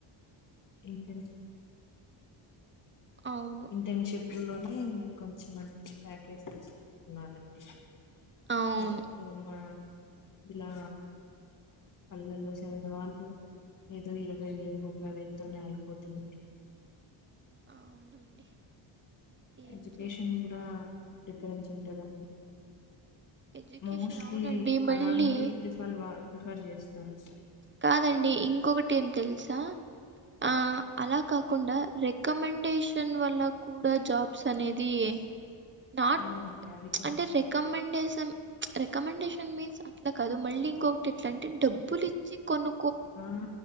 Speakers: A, on the left; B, on the right.
A: ఇంటెన్షిప్
B: అవును
A: ఇంటెన్షిప్ ఊల్లోనే ఇంకొంచెం మంచి ప్యాకేజ్ తీసుకుంటున్నారండి
B: అవును
A: తప్పామ్మ ఇలా పల్లెల్లో చదివిన వాళ్లు ఏదో ఇరవై వేలు ముప్పై వేలు తోనే ఆగిపోతుందండి
B: అవునండి ఏం
A: ఎడ్యుకేషన్
B: చేస్తాం
A: కూడా డిఫరెన్స్ ఉంటదండి
B: ఎడ్యుకేషన్
A: మోస్ట్లీ
B: అవునండి మళ్ళీ
A: అలాంటి ప్రిఫల్ వా రిఫర్ చేస్తారు
B: కాదండి ఇంకొకటి ఏం తెలుసా ఆ అలా కాకుండా రాకమాండ్ డేషన్ వల్ల కూడా జాబ్స్ అనేది నాట్
A: అవునండి అది కూడా
B: అంటే రికమెండే షన్ రికమెండేషన్ మీన్స్ అట్లా కాదు మళ్లీ ఇంకొకటి ఎట్లా అంటే డబ్బులు ఇచ్చి కొను
A: ఆ